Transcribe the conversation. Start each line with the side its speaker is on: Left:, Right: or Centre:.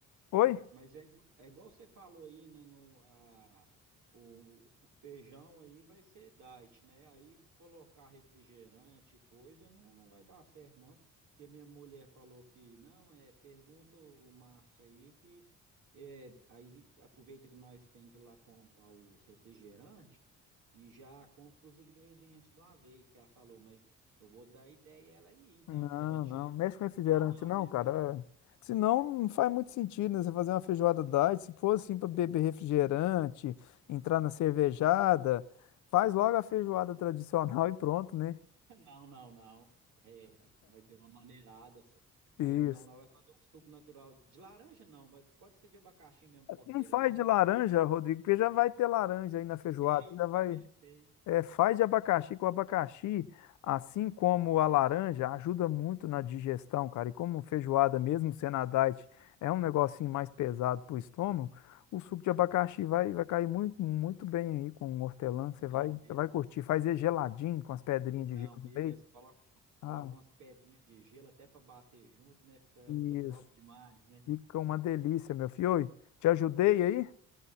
Left: Oi?
Right: Mas é, igu- é igual você falou aí, né? No, a, o, o feijão aí vai ser diet, né? Aí colocar refrigerante, e coisa, não, não vai dar certo, não. Porque minha mulher falou que não, é, pergunta o Márcio aí que é, aí aproveita que nós tem que ir lá comprar os refrigerantes e já compra os ingredientes de uma vez, que ela falou, mas eu vou dar ideia a ela aí, então,
Left: Não,
Right: pra gente.
Left: não. Mexe com refrigerante,
Right: Ah, não,
Left: não,
Right: né?
Left: cara.
Right: Mas um-
Left: É. Senão não faz muito sentido, né? Você fazer uma feijoada diet. Se for assim para beber refrigerante, entrar na cervejada, faz logo a feijoada tradicional e pronto, né?
Right: <laughs> não, não, não. Nós deu uma maneirada só. Aí
Left: Isso.
Right: então nós vai fazer um suco natural de laranja, não, mas pode ser de abacaxi mesmo com hortelã,
Left: Não faz
Right: né?
Left: de laranja, Rodrigo, porque já vai ter laranja aí na feijoada.
Right: É isso
Left: Já vai.
Right: que eu pensei.
Left: É, faz de abacaxi, que o abacaxi, assim como a laranja, ajuda muito na digestão, cara. E como feijoada, mesmo sendo a diet, é um negocinho mais pesado pro estômago, o suco de abacaxi vai, vai cair muito, muito bem aí com o hortelã. Você
Right: Não,
Left: vai,
Right: be...
Left: você vai curtir. Faz ele geladinho com as pedrinhas
Right: não,
Left: de gelo
Right: beleza.
Left: no meio.
Right: Coloca,
Left: Ah,
Right: coloca umas pedrinhas de gelo até para bater junto, né? Fica,
Left: isso.
Right: fica top demais, né?
Left: Fica uma delícia, meu filho. Oi, te ajudei aí?